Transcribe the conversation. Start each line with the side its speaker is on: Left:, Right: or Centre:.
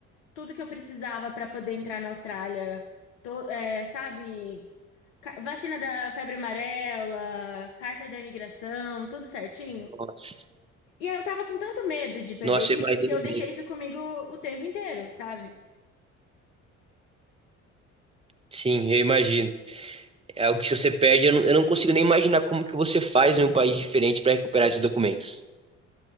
Left: tudo que eu precisava para poder entrar na Austrália. To- é, sabe? Ca- Vacina da febre amarela, carta da imigração, tudo certinho.
Right: Nossa,
Left: E aí eu tava com tanto medo de perder
Right: Nossa,
Left: isso
Right: eu imagino
Left: que eu deixei
Right: mesmo.
Left: isso comigo o tempo inteiro, sabe?
Right: Sim, eu imagino. É algo que se você perde, eu não, eu não consigo nem imaginar como que você faz em um país diferente para recuperar esses documentos.